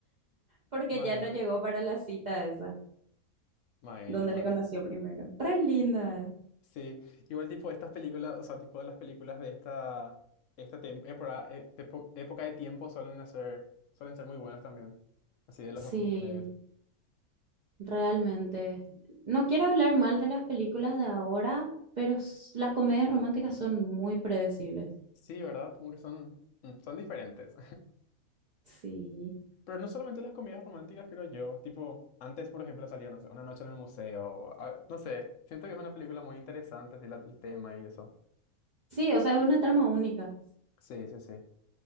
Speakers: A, on the right; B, on the left.
A: porque
B: Bueno,
A: ya no llegó para la cita esa,
B: bueno,
A: donde
B: man.
A: le conoció primero. Re linda.
B: Sí, igual tipo estas películas, o sea, tipo de las películas de esta, esta tem- época, eh, tepo- época de tiempo suelen hacer, suelen ser muy buenas también. Así de los
A: Sí,
B: 2000.
A: realmente. No quiero hablar mal de las películas de ahora, pero s- las comedias románticas son muy predecibles.
B: Sí, ¿verdad? Como que son, mm, son diferentes.
A: Sí.
B: Pero no solamente las comidas románticas, creo yo. Tipo, antes, por ejemplo, salía, no sé, una noche en el museo. ah, no sé, siento que es una película muy interesante, así, la- el tema y eso.
A: Sí, o sea, es una trama única.
B: Sí, sí, sí.